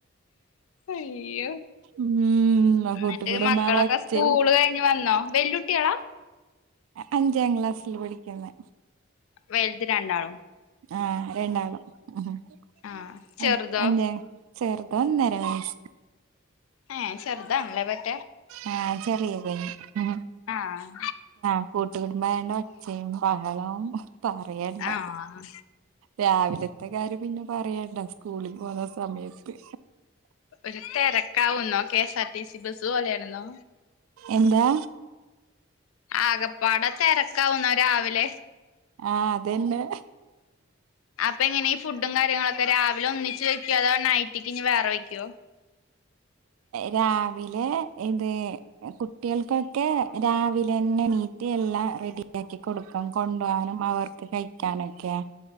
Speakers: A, on the left (about 80°); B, on the right (about 80°).
A: അയ്യോ
B: ഉം
A: എന്നിട്ട്
B: കൂട്ടുകുടുംബ
A: മക്കളൊക്കെ
B: ആ ഒച്ചയും
A: സ്കൂള് കഴിഞ്ഞ് വന്നോ വെല്ലുട്ട്യാളാ
B: അ അഞ്ചാം ക്ലാസ്സില് പഠിക്കുന്നേ
A: വെല്ത് രണ്ടാളും
B: ആ രണ്ടാളും ഉം
A: ആഹ് ചെറുതോ
B: അഞ്ചാ ചെറുത് ഒന്നര വയസ്
A: ഹെ ചെർതാണല്ലേ വൽ
B: ആഹ് ചെറിയ <unintelligible> ഉം
A: ആഹ്
B: <unintelligible> കൂട്ടുകുടുംബായോണ്ട <unintelligible> ങ്ങളും പറയണ്ട
A: ആഹ്
B: രാവിലത്തെ കാര്യം പിന്നെ പറയണ്ട സ്കൂളിൽ പോന്ന സമയത്ത്
A: ഒരു തെരക്കാവുന്നോ കേസാ ടി സി ബസ്സ് പോലെയാര്ന്നോ
B: എന്താ
A: ആകപ്പാടെ തെരക്കാവുന്നോ രാവിലെ
B: ആഹ് അതന്നെ
A: അപ്പം എങ്ങനെ ഈ ഫുഡും കാര്യങ്ങളൊക്കെ രാവിലെ ഒന്നിച്ച് വെയ്ക്കോ അതോ നൈറ്റിക്ക് ഇനി വേറെ വെയ്ക്കുവോ
B: രാവിലെ ഇത് കുട്ടിയൾക്കൊക്കെ രാവിലന്നെ എണീ റ്റ് എല്ലാം റെഡിയാക്കി കൊടുക്കും കൊണ്ടോവാനും അവർക്ക് കഴിക്കാനൊക്കെ